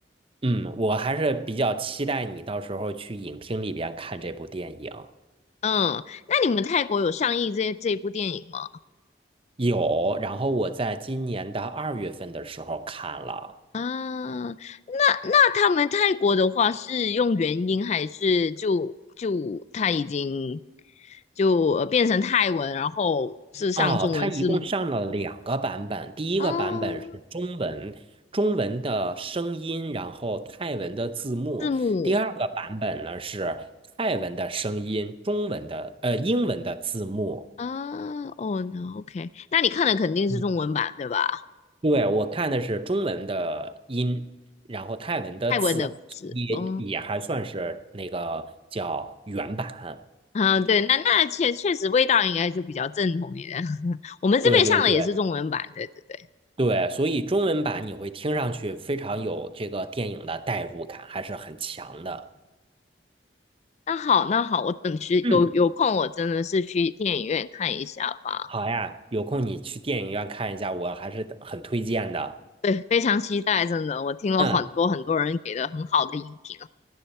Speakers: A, on the right; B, on the left.
A: 嗯，我还是比较期待你到时候去影厅里边看这部电影。
B: 嗯，那你们泰国有上映这这部电影吗？
A: 有，然后我在今年的二月份的时候看了。
B: 啊，那那他们泰国的话是用元音还是就就他已经就呃变成泰文，然后是上中文字母
A: 哦，它一共上了两个版本，第一个版本是中文，
B: 啊，
A: 中文的声音，然后泰文的字幕；
B: 字母
A: 第二个版本呢是泰文的声音，中文的呃英文的字幕。
B: 啊，哦，那 OK，那你看的肯定是中文版对吧？
A: 嗯对，我看的是中文的音，然后泰文的字，
B: 泰文的字，
A: 也也还算是那个叫原版。
B: 哦，啊，对，那那确确实味道应该就比较正统一点。<laughs> 我们这边上的也是中文版，
A: 对对对
B: 对对对。
A: 对，所以中文版你会听上去非常有这个电影的代入感，还是很强的。
B: 那好，那好，我等时有有空，
A: 嗯，
B: 我真的是去电影院看一下吧。
A: 好呀，有空你去电影院看一下，我还是很推荐的。
B: 对，非常期待，真的，我听了很多很多人给的很好的影评
A: 嗯